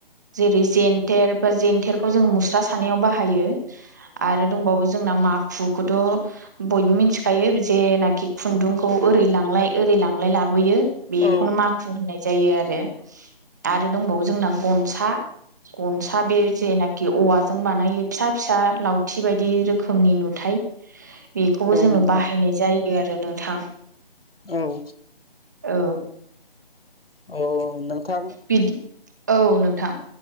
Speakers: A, on the right; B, on the left.
A: जेरै जेन्थेर बा जेन्थेरखौ जों मुस्रा सानायाव बाहायो आरो दंबावो जोंना माखुखौथ' बयबो मिथिखायो जेनाखि खुन्दुंखौ ओरै लांलाय ओरै लांलाय लाबोयो बेखौनो
B: औ
A: माखु होननाय जायो आरो आरो दंबावो जोंना गनसा गनसा बे जे ना खि औवाजों बानायो फिसा फिसा लावथि बायदि रोखोमनि नुथाय बेखौबो
B: औ
A: जोङो
B: नोंथां
A: बाहायनाय जायो आरो नोंथां
B: औ
A: औ
B: औ नोंथां।
A: बिदि औ नोंथां